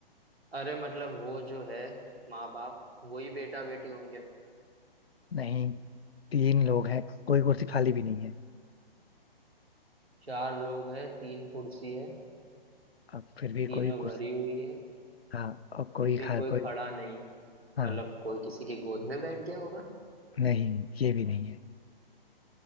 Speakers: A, on the right (about 85°); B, on the left (about 80°).
A: अरे मतलब वो जो है माँ बाप वही बेटा बेटी होंगे
B: नहीं तीन लोग हैं कोई कुर्सी खाली भी नहीं है
A: चार लोग हैं तीन कुर्सी है
B: अब फिर भी
A: तीनों
B: कोई
A: भरी
B: कुर्सी
A: हुई है
B: हाँ और कोई
A: फिर भी
B: खा
A: कोई
B: कोई
A: खड़ा नहीं
B: हाँ
A: मतलब कोई किसी की गोद में बैठ गया होगा
B: नहीं ये भी नहीं है